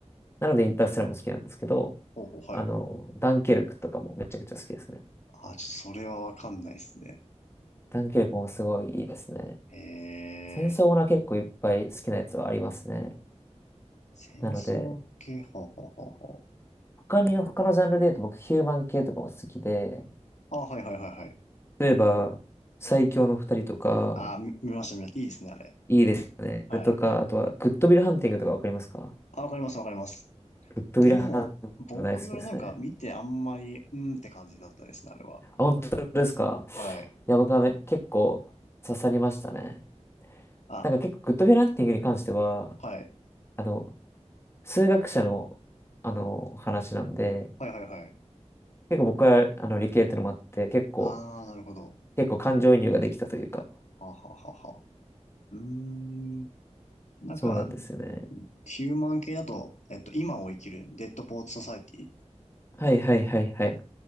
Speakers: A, on the left (about 20°); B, on the left (about 80°).
A: なのでインターステラーも好きなんですけど、
B: ほうほう、はい。
A: あの、ダンケルクとかもめちゃくちゃ好きですね。
B: あ、ちょっとそれはわかんないですね。
A: ダンケルクもすごいいいですね。
B: へー。
A: 戦争ものは結構いっぱい好きなやつはありますね。
B: 戦争系、
A: なので、
B: ほうほうほうほ
A: 他に、他のジャンルで言うと僕ヒューマン系とかも好きで、
B: う。あ、はいはいはいはい。
A: 例えば、最強の二人とか、
B: あ、み見ました、見ました。いいですね、あれ。
A: いいですね。
B: はい。
A: とか、あとは、グッドウィルハンティングとかわかりますか
B: あ、わかります、わかります。
A: グッドウィルハンティングが大好きですね。
B: でも、僕、あれなんか見てあんまり、うーんって感じだったですね、あれは。
A: あ、本当ですか
B: はい。
A: いや、僕はめ結構刺さりましたね。
B: あ、
A: なんか結構グッドウィルハンティングに関しては、
B: はい。
A: あの、数学者の、あの、話なんで、
B: はいはいはい。
A: 結構僕は、あの、理系ってのもあって、結構、
B: ああ、なるほど。
A: 結構感情移入ができたというか、
B: はあ、はあはあはあ。うーん。なんか、
A: そうなんですよね。
B: ヒューマン系だと、えっと、今を生きる、デッドポーツソサイティ
A: はいはいはいはい。